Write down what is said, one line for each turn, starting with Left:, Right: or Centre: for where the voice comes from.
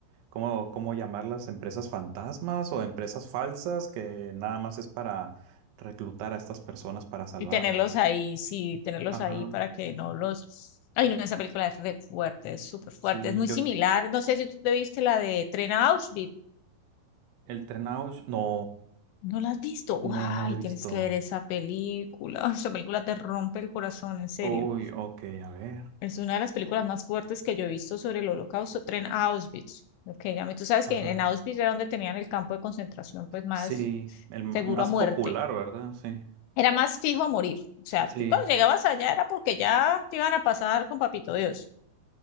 Right: ¿Cómo, cómo llamarlas? ¿Empresas fantasmas o empresas falsas que nada más es para reclutar a estas personas para salvarlas?
Left: Y tenerlos ahí, sí, tenerlos
Right: Ajá,
Left: ahí para que no los... Ay, no, esa película es re fuerte, es súper fuerte,
Right: sí,
Left: es muy
Right: yo,
Left: similar. No sé si tú te viste la de Tren a Auschwitz.
Right: el Trenaush, no,
Left: ¿No la has visto?
Right: no,
Left: ¡Ay,
Right: no lo he visto.
Left: tienes que ver esa película! <laughs> Esa película te rompe el corazón, en serio.
Right: Uy, ok, a ver.
Left: Es una de las películas más fuertes que yo he visto sobre el holocausto, Tren a Auschwitz. Lo que llaman- Tú sabes
Right: Ajá.
Left: que en en Auschwitz era donde tenían el campo de concentración, pues más
Right: Sí, el m-
Left: seguro
Right: más
Left: a muerte.
Right: popular, ¿verdad? Sí,
Left: Era más fijo a morir. O sea,
Right: sí,
Left: tú cuando llegabas allá era porque ya te iban a pasar con papito Dios.